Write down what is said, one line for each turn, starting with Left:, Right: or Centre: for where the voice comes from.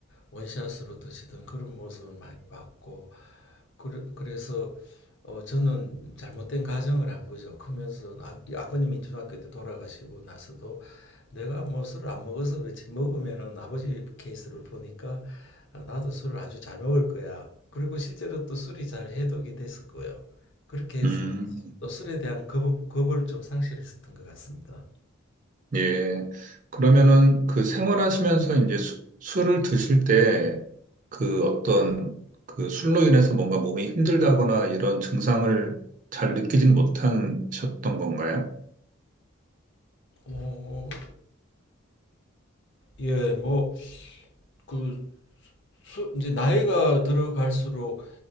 Left: 원샷으로 드시던 그런 모습을 많이 봤고 그래, 그래서 어 저는 잘못된 가정을 한 거죠. 크면서 아, 이 아버님이 중학교 때 돌아가시고 나서도 내가 뭐 술을 안 먹어서 그렇지 먹으면은 아버지 케이스를 보니까 아, 나도 술을 아주 잘 먹을 거야. 그리고 실제로 또 술이 잘 해독이 됐었고요. 그렇게 해서
Right: 음.
Left: 또 술에 대한 겁, 겁을 좀 상실했었던 것 같습니다.
Right: 예. 그러면은 그 생활하시면서 이제 수- 술을 드실 때 그 어떤 그 술로 인해서 뭔가 몸이 힘들다거나 이런 증상을 잘 느끼진 못하셨던 건가요?
Left: 뭐, 예, 뭐 그 술, 이제 나이가 들어갈수록